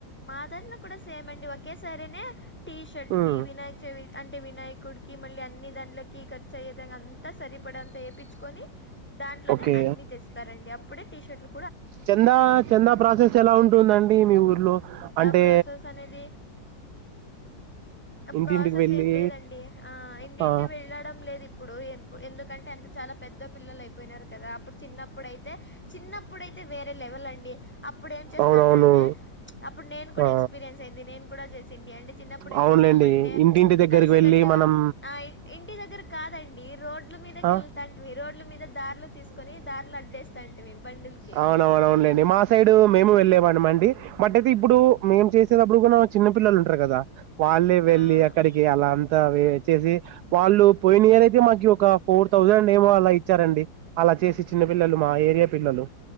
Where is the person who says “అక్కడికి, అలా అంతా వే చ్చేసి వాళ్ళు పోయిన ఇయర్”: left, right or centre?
Right